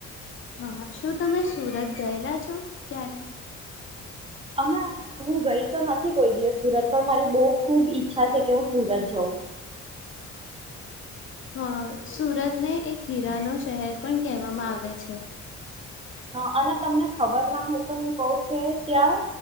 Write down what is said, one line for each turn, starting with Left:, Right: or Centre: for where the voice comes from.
Left: હા શું તમે સુરત ગયેલા છો ક્યારે
Right: અમે હું ગઈ તો નથી કોઈ દિવસ સુરત પણ મારી બહુ ખુબ ઈચ્છા છે કે હું સુરત જઉં
Left: હા સુરતને એક હીરા ન શહેર પણ કહેવામાં આવે છે.
Right: હ અને તમને ખબર ના હોય તો હું કઉ કે ત્યાં